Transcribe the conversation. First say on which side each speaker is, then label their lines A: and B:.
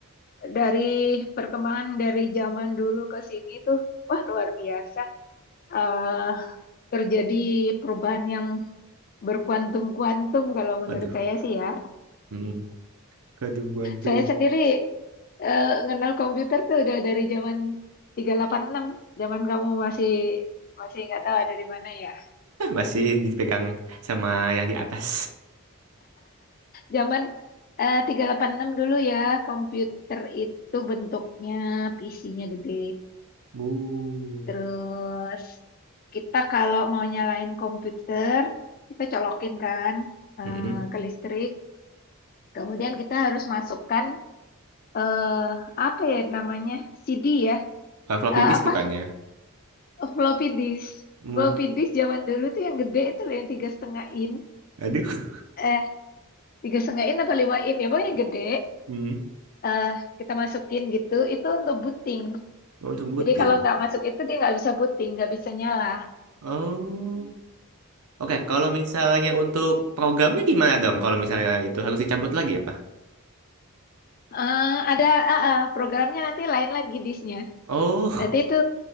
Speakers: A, on the left; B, on the right.
A: dari perkembangan dari zaman dulu ke sini tuh, wah luar biasa. eh terjadi perubahan yang berkuantum-kuantum kalau menurut
B: Aduh.
A: saya sih ya.
B: Hmm. Aduh, gantung.
A: Saya sendiri eh kenal komputer tuh udah dari zaman 386. zaman kamu masih masih nggak tahu ada di mana ya.
B: Masih dipegang sama yang di atas.
A: Zaman eh, 386 dulu ya, komputer itu bentuknya PC-nya gede.
B: Mu.
A: Terus kita kalau mau nyalain komputer, kita colokin kan eh,
B: Mm-mm.
A: ke listrik. Kemudian kita harus masukkan eh apa ya namanya? CD ya.
B: Kalau floppy
A: Eh,
B: disk
A: apa?
B: bukannya.
A: Floppy disk.
B: Mu.
A: Floppy disk zaman dulu tuh yang gede itu loh, yang tiga setengah in.
B: Aduh.
A: Eh, tiga setengah in apa lima in ya, pokoknya gede
B: Hmm.
A: eh kita masukin gitu itu untuk booting
B: Oh, Untuk booting.
A: Jadi kalau nggak masuk itu dia nggak bisa booting, nggak bisa nyala.
B: Oh. Oke, kalau misalnya untuk programnya gimana dong? Kalau misalnya itu harus dicabut lagi apa?
A: Eh, ada ah, ah, programnya nanti lain lagi disknya.
B: Oh.
A: Nanti itu